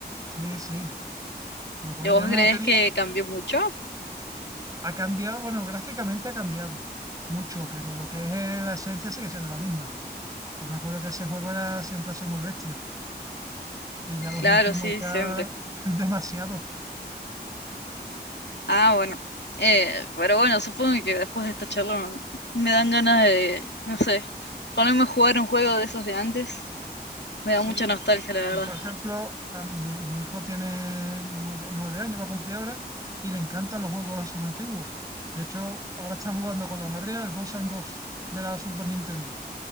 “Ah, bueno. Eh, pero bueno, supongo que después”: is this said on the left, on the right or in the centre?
Left